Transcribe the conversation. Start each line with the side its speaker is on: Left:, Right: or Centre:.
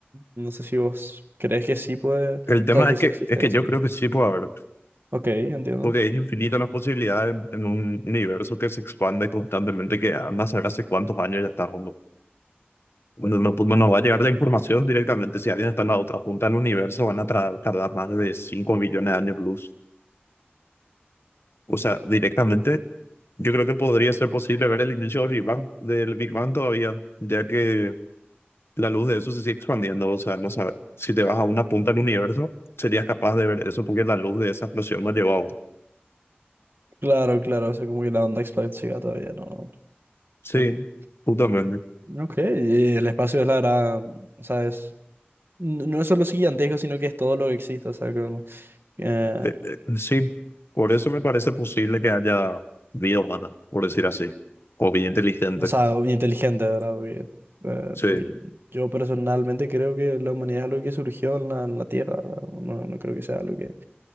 Right: No sé si vos crees que sí puede o
Left: El tema
Right: sea, que
Left: es
Right: sí
Left: que,
Right: existe
Left: es que
Right: eso.
Left: yo creo que sí puede haber.
Right: Ok, entiendo.
Left: Porque es infinita las posibilidades en, en un universo que se expande constantemente, que andas a saber hace cuántos años ya está. No, cuando no pues, no va a llegar la información directamente. Si alguien está en la otra punta del universo, van a tra- tardar más de 5 millones de años luz. O sea, directamente, yo creo que podría ser posible ver el inicio del Big Bang, del Big Bang todavía, ya que la luz de eso se sigue expandiendo. O sea, no sabe- si te vas a una punta del universo, serías capaz de ver eso porque la luz de esa explosión no llegó aún.
Right: Claro, claro, o sea, como que la onda expansiva todavía no.
Left: Sí,
Right: en-
Left: justamente.
Right: Ok, y el espacio es la verdad, o sea, es, n- no es solo gigantesco, sino que es todo lo que existe, o sea, como, eh,
Left: Eh, eh, sí, por eso me parece posible que haya vida humana, por decir así, o vida inteligente.
Right: o sea, inteligente, ¿verdad? Porque, eh,
Left: Sí,
Right: porque yo personalmente creo que la humanidad es algo que surgió en la, en la Tierra, ¿verdad? No, no creo que sea algo que...